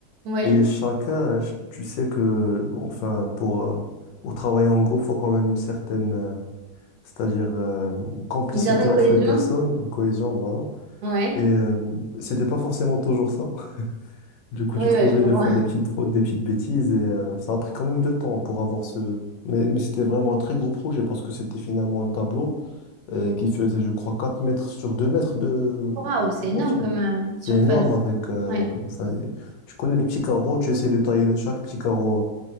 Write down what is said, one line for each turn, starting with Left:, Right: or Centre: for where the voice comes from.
Right: ouais.
Left: et chacun, ch- tu sais que, enfin, pour, euh, pour travailler en groupe, faut quand même une certaine, euh, c'est-à-dire euh, complicité
Right: Une certaine
Left: entre
Right: cohésion.
Left: les personnes, une cohésion, voilà.
Right: Ouais,
Left: Et euh, c'était pas forcément toujours ça. <laughs> Du coup,
Right: ouais,
Left: tu trouvais
Right: ouais, je comprends.
Left: des fois des petites fautes, des petites bêtises, et euh, ça a pris quand même de temps pour avoir ce. Mais, mais c'était vraiment un très gros projet parce que c'était finalement un tableau euh, qui faisait, je crois, 4 mètres sur 2 mètres de
Right: Waouh,
Left: de
Right: c'est
Left: dimension.
Right: énorme comme euh,
Left: C'est
Right: surface.
Left: énorme avec. euh,
Right: Ouais.
Left: enfin, tu connais les petits carreaux, tu essaies de tailler le- chaque petit carreau